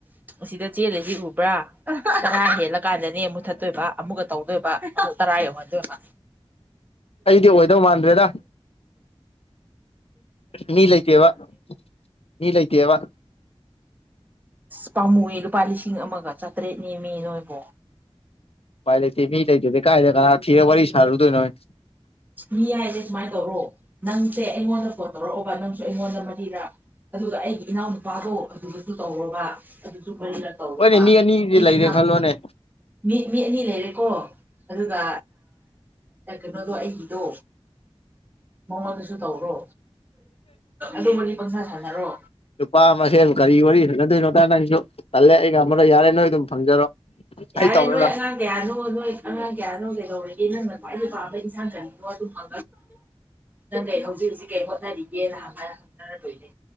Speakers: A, on the right; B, on the left.
A: ꯁꯤꯗ ꯆꯦꯜꯂꯤꯁꯤ ꯎꯕ꯭ꯔꯥ ꯀꯅꯥ ꯍꯦꯜꯂ ꯀꯥꯟꯗꯅꯦ ꯑꯃꯨꯛ ꯊꯠꯇꯣꯏꯕ ꯑꯃꯨꯛꯀ ꯇꯧꯗꯣꯏꯕ ꯇꯔꯣ ꯃ ꯃꯥ
B: ꯑꯩꯗꯤ ꯑꯣꯏꯗꯧ ꯃꯥꯟꯗ꯭ꯔꯦꯗ ꯅꯅꯤꯂꯥꯏꯇ ꯋꯥ ꯅꯅꯤꯂꯥꯏꯇꯕ
A: ꯑ ꯄꯥꯝꯃꯨꯑ ꯂꯨꯄꯥ ꯂꯤꯁꯤꯡ ꯑꯃꯒ ꯆꯥꯇ꯭ꯔꯦꯠꯅꯦꯦꯝꯃꯤ ꯅꯣꯏꯕꯣ
B: ꯄꯥꯏꯂꯦ ꯃꯤ ꯂꯩꯥꯏꯗꯦ ꯀꯥꯏꯦ ꯀꯔ ꯊꯤꯔ ꯋꯥꯔꯤ ꯁꯥꯔꯗ ꯅꯣꯣꯏ
A: ꯃꯤ ꯍꯥꯏꯁꯦ ꯁꯨꯃꯥꯏꯅ ꯇꯧꯔꯣ ꯅꯪꯁꯦ ꯑꯩꯉꯣꯟꯗ ꯐꯣꯟ ꯇꯧꯔꯛꯑꯣꯕ ꯅꯪꯁꯨ ꯑꯩꯉꯣꯟꯗ ꯃꯔꯤꯔꯥ ꯑꯗꯨꯒ ꯑꯩꯒꯤ ꯏꯅꯥꯎꯅꯨꯄꯥꯗꯣ ꯑꯗꯨꯗꯁꯨ ꯇꯧꯔꯕ ꯑꯗꯨꯁꯨ ꯇꯧꯔꯣꯕ
B: ꯍꯣꯏꯅꯦ ꯃꯤ ꯑꯅꯤꯗꯤ
A: ꯑꯩꯒꯤ
B: ꯂꯩꯔꯦ
A: ꯏꯅꯥꯎ
B: ꯈꯜꯂꯣꯅꯦ
A: ꯃꯤ ꯃꯤ ꯑꯅꯤ ꯂꯩꯔꯦꯀꯣ ꯑꯗꯨꯒ ꯀꯩꯅꯣꯗꯣ ꯑꯩꯒꯤꯗꯣ ꯃꯉꯣꯟꯗꯁꯨ ꯇꯧꯔꯣ ꯑꯗꯨ ꯃꯅꯤ ꯄꯪꯁꯥ ꯁꯥꯟꯅꯔꯣ
B: ꯅꯨꯨꯄꯥ ꯃꯁꯦꯜ ꯀꯔꯤ ꯋꯥꯔꯤ ꯍꯪꯅꯗꯣꯏꯅꯣꯗꯔ ꯅ ꯑꯩꯁꯨ ꯈꯜꯂꯦ ꯑꯩꯒ ꯑꯃꯗ ꯌꯥꯔꯦ ꯅꯣꯏ ꯑꯗꯨꯝ ꯐꯪꯖꯔꯣ
A: ꯌꯥꯔꯦ
B: ꯑꯩ ꯇꯧꯔꯔꯣꯏ
A: ꯅꯣꯏ ꯑꯉꯥꯡ ꯀꯌꯥꯅꯣ ꯅꯣꯏ ꯑꯉꯥꯡ ꯀꯌꯥꯅꯣ ꯀꯩꯗꯧꯕꯦ ꯅꯪꯅ ꯈ꯭ꯋꯥꯏꯗꯒꯤ ꯄꯥꯝꯕ ꯊ ꯊ ꯑꯗꯨ ꯐ ꯅꯪ ꯀꯩ ꯍꯧꯖꯤꯛ ꯍꯧꯖꯤꯛ ꯀꯩ ꯍꯣꯠꯅꯔꯤꯒꯦꯅꯥꯟꯃ ꯍꯪꯅꯔꯗꯣꯏꯅꯦ